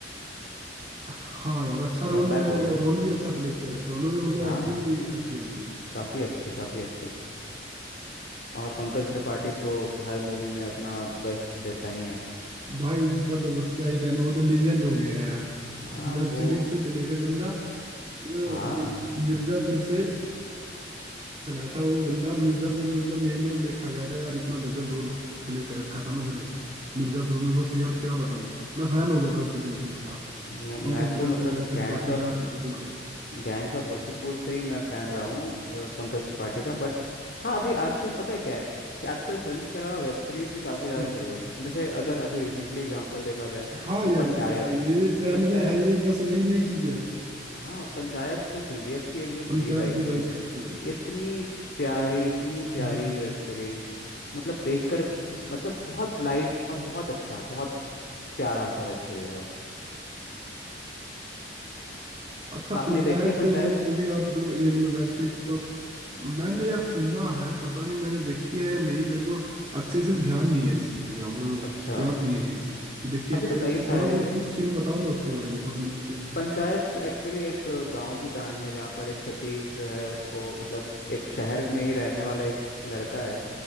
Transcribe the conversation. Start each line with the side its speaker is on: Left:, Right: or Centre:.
Right: हाँ यार अच्छा रोल
Left: कमबैक हो गया
Right: रोल भी अच्छा प्ले कर रखा है उन्होंने मतलब
Left: हाँ
Right: एक्टिंग भी अच्छी है उनकी
Left: काफ़ी अच्छी काफ़ी अच्छी और पंकज त्रिपाठी तो हर मूवी में अपना बेस्ट देता ही है
Right: भाई उनका तो बस क्या ही कहना वो तो लीजेंड हो गया है यार
Left: हाँ
Right: वेब
Left: वो
Right: सीरीज से चले थे बंदा मतलब
Left: हाँ
Right: अभी मिर्जापुर से चला था वो बंदा मिर्जापुर में उसका मेन रोल देखा गया था यार इतना गजब रोल प्ले कर रखा था ना उसने मिर्जापुर में बस यार क्या बताऊं मैं फैन हो गया था उसी दिन से उसका
Left: मैं
Right: पंकज
Left: मैं तो
Right: त्रि-
Left: मतलब
Right: अ, त्रिपाठी
Left: gangs of
Right: का रोल कर रखा है
Left: gangs of Wasseypur से ही मैं फ़ैन रहा हूँ अ, पंकज त्रिपाठी का बट हाँ अभी आजकल पता है क्या है कि आजकल फिल्म्स के अलावा वेब सीरीज भी काफ़ी ज़्यादा
Right: हम्म
Left: चल रही हैं जैसे अगर अभी रिसेंटली एग्जांपल देखा जाए
Right: हाँ
Left: तो
Right: यार
Left: पंचायत
Right: ये तो है ये ट्रेंड
Left: पंचायत
Right: में है ये बस नई नई चीजें हैं
Left: हाँ पंचायत जो टीवीएफ की एक जो सीरीज
Right: पंचायत
Left: आई
Right: भी
Left: थी
Right: भाई नेक्स्ट लेवल की
Left: इतनी प्यारी इतनी प्यारी
Right: हम्म
Left: वेब सीरीज मतलब देखकर मतलब बहुत लाइट और बहुत अच्छा बहुत प्यारा सा वेब सीरीज है
Right: अच्छा
Left: आपने
Right: पंचायत
Left: देखी है पंचायत
Right: मूवी आप जो ये मतलब वेब सीरीज जो आप मैंने यार सुना है पता नहीं मैंने देखी है या नहीं मेरे को अच्छे से ध्यान नहीं है इस चीज का मतलब
Left: अच्छा
Right: याद नहीं है ये चीज कि देखिए
Left: अभी तो कई
Right: थोड़ा
Left: सारे
Right: बहुत कुछ सीन बताओ ना उसके बारे में क्या मतलब क्या-
Left: पंचायत एक्चुअली एक गांव की कहानी है जहाँ पर एक सचिव जो है उसको मतलब एक शहर में ही रहने वाला एक लड़का है